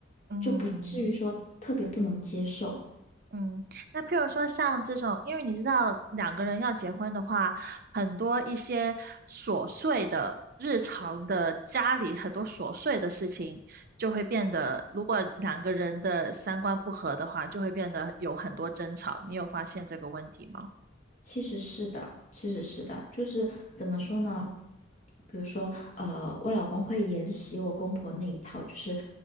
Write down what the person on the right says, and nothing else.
嗯。
嗯，那譬如说像这种，因为你知道两个人要结婚的话，很多一些琐碎的日常的家里很多琐碎的事情，就会变得，如果两个人的三观不合的话，就会变得有很多争吵。你有发现这个问题吗？